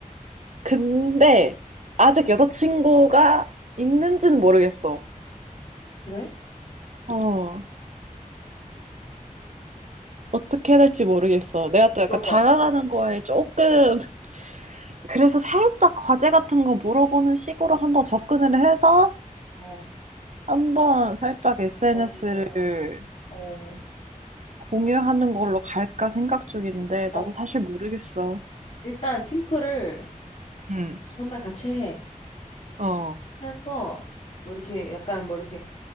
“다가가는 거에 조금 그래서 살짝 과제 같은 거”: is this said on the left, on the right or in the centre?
Right